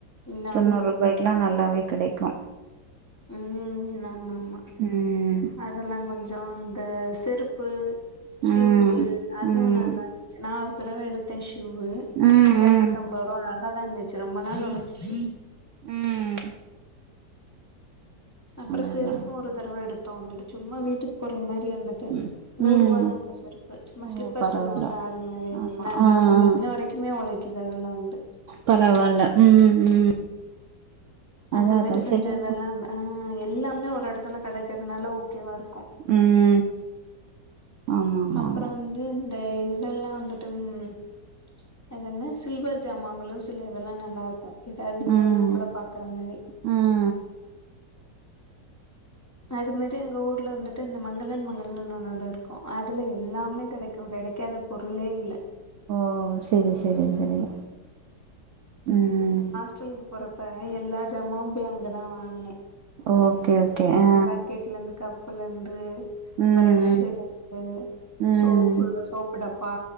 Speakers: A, on the left; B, on the right.
A: ம்
B: தொண்ணூறுபாய்க்
A: ஆமா
B: க்லா நல்லாவே கிடைக்கு
A: ம் நம்மம்மா
B: ம்
A: அதெல்லா கொஞ்சோ இந்த செருப்பு ஷீவு
B: ம்
A: அதுவு
B: ம்
A: நல்லார்ந்துச்சு நா ஒரு தடவ எடுத்தே ஷீவு
B: ம் ம்
A: எர்நூத் ஐம்பதுருவா நல்லாதா இர்ந்துச்சு ரொம்ப நாள் ஒழச்சுச்சு
B: ம்
A: அப்புற
B: அதா
A: செருப்பு
B: அதா
A: ஒரு தரவ எடுத்தோ வந்துட்டு சும்மா வீட்டுக் போற்ற மரி வந்துட்டு
B: ம்
A: நூறுவாதா
B: ம்
A: அந்த செருப்பு சும்மா
B: ஓ
A: ஸ்லிப்பர்
B: பரவால்ல
A: சொல்லுவோல்ல அது மாரி வந்து
B: ஆமா
A: நல்லாருக்கு
B: ஆ ஆ
A: இன்ன வரக் கிமே ஒழைக்குது அதல்லா வந்ட்டு
B: பரவால்ல ம் ம் அதா
A: அந்த மாரி
B: அதா
A: கொஞ்ச
B: சில
A: இதல்லா அ எல்லாமே ஒரு எடத்துல கெடைக்கற்துனால ஓகேவா இருக்கு
B: ம் ஆமா ஆமா
A: அப்ற
B: ஆமா
A: வந்து இந்த இதல்லா வந்துட்டு ம் அதென்ன சில்வர் ஜாமங்களு சில இதெல்லா நல்லாருக்கு எதாது இல்லனா
B: ம்
A: கூட பாக்குற மரி
B: ம்
A: அதுமரி எங்க ஊர்ல் வந்துட்டு இந்த மங்களன் மங்களன் <unintelligible> அதுல எல்லாமே கடைக்கு கடைக்காத பொருளே இல்ல
B: ஓ செரி செரி செரிங்க ம்
A: சொல்லுங்கு போறப்ப எல்லா ஜாமாவு போய் அங்கதா வாங்குனே
B: ஓகே ஓகே
A: ம்
B: ஆ
A: பட்க்கேட்லேந்து கப் புல்லந்து
B: ம்
A: ப்ரஷ்ஷுலந்து
B: ம் ம்
A: சோப்பு சோப்பு டப்பா